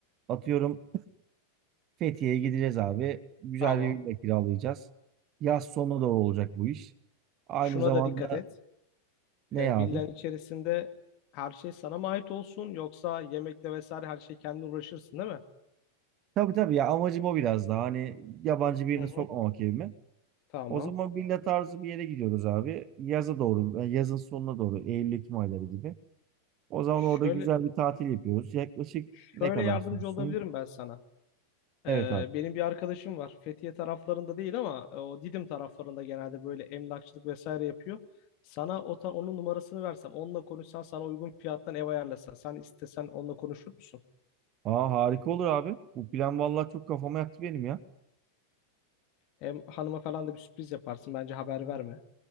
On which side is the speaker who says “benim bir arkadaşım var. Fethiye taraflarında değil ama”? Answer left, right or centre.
Left